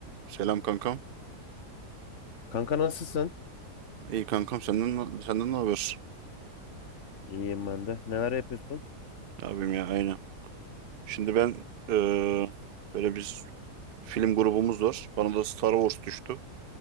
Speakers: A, on the right (about 55°); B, on the left (about 50°).
A: Selam kankam.
B: Kanka nasılsın?
A: İyi kankam senden ne- senden ne haber?
B: İyiyim ben de. Neler yapıyorsun?
A: Abim ya Aynen. Şimdi ben eee, böyle biz film grubumuz var. Bana da Star Wars düştü.